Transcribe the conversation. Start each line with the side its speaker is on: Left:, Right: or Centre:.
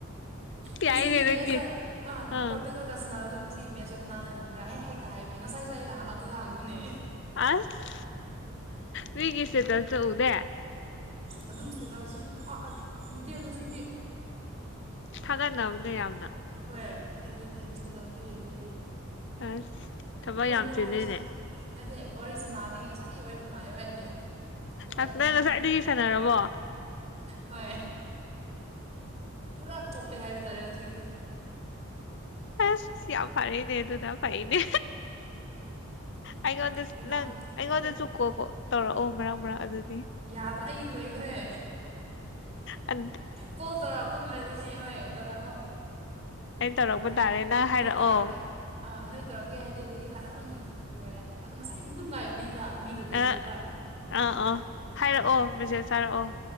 Right: ꯉꯁꯤꯒꯤꯃꯦꯗ
Left: ꯌꯥꯏꯅꯦ ꯅꯪꯗꯤ
Right: ꯑ
Left: ꯑꯥ
Right: ꯄꯗꯨꯨꯒꯒꯥꯁꯅꯕ ꯆꯪ ꯁꯤ ꯃꯦꯁꯨ ꯀꯅꯥꯅ ꯉꯕ꯭ꯔꯥꯍꯦ ꯍꯩꯛꯇ ꯍꯥꯏꯕꯅꯦ ꯉꯁꯥꯏꯁꯨ ꯑꯩꯅ ꯑꯗꯨꯗ ꯍꯥꯡꯕꯅꯦ
Left: ꯑꯁ ꯃꯤꯒꯤꯁꯦ ꯆꯜ ꯆ ꯎꯗꯦ
Right: ꯑ ꯑꯗꯨꯝ ꯁꯤꯩꯗꯁꯨ ꯑꯗꯨꯝ ꯎꯗꯦ ꯉꯁꯤꯗꯤ
Left: ꯊꯥꯒꯠꯅꯕꯅꯦ ꯌꯥꯝꯅ
Right: ꯍꯣꯏ ꯑꯗ ꯑꯩ ꯉꯁꯤ ꯏꯁꯇꯦꯇꯥꯐꯥꯎ ꯌꯦꯡꯗ꯭ꯔꯤ
Left: ꯑꯁ ꯊꯕꯛ
Right: ꯐꯣꯟꯗ
Left: ꯌꯥꯝ ꯆꯦꯜꯜꯂꯤꯅꯦ
Right: ꯋꯥꯔꯤ ꯁꯥ ꯅꯠꯇꯦ ꯋꯥꯔꯤꯁꯨ ꯅꯥꯕꯒꯤ ꯉꯁꯥꯏ ꯑꯩ ꯋꯥꯔꯤꯁꯨ ꯅꯥꯏ ꯋꯥꯔꯤꯗꯤ ꯐꯀ
Left: ꯑꯁ ꯅꯪ
Right: ꯅꯤ
Left: ꯉꯁꯥꯏꯗꯒꯤ ꯁꯥꯟꯅꯔꯕꯣ
Right: ꯍꯣꯏ ꯄꯨꯔꯥ ꯆꯣꯞꯄꯦ ꯍꯥꯏꯕ ꯇꯥꯔꯦ ꯍꯧꯖꯤꯛꯇꯤ
Left: ꯑ ꯌꯥ ꯌꯥꯝ ꯐꯔꯅꯦꯗꯨꯅ ꯐꯥꯏꯅꯦ ꯑꯩꯉꯣꯟꯗꯁꯨ
Right: ꯈꯤꯇꯪ
Left: ꯅꯪ ꯑꯩꯉꯣꯟꯗꯁꯨ
Right: ꯑꯩꯈꯣꯏ
Left: ꯀꯣ ꯀꯣ ꯇꯧꯔꯛꯑꯣ ꯃꯔꯛ ꯃꯔꯥꯡ ꯑꯗꯨꯗꯤ
Right: ꯌꯥꯗ꯭ꯔꯦ ꯑꯩ ꯂꯣꯏꯈ꯭ꯔꯦ
Left: ꯑ
Right: ꯀꯣꯜ ꯇꯧꯔꯛꯄ ꯉꯥꯏꯕꯅꯦ ꯍꯣꯏ ꯇꯧꯔꯛꯑꯣ
Left: ꯑꯩ ꯇꯧꯔꯛꯄ
Right: ꯅ
Left: ꯇꯥꯔꯦ ꯅꯪ ꯍꯥꯏꯔꯛꯑꯣ
Right: ꯅ ꯇꯧꯔꯛꯑꯦ ꯑ ꯅ ꯇꯧꯔꯛꯒꯦ ꯍꯥꯏꯗꯤꯈꯗꯤ ꯍꯔꯥꯎꯑꯣ ꯉꯣ ꯉꯁꯥꯏꯗ ꯅꯨꯡ ꯉꯥꯏꯕꯅꯤꯗ ꯃꯤ ꯂꯩꯗꯕ
Left: ꯑ ꯑꯥ ꯑꯥ ꯍꯥꯏꯔꯛꯑꯣ ꯕꯤꯖꯦ ꯁꯥ ꯍꯥꯏꯔꯛꯑꯣ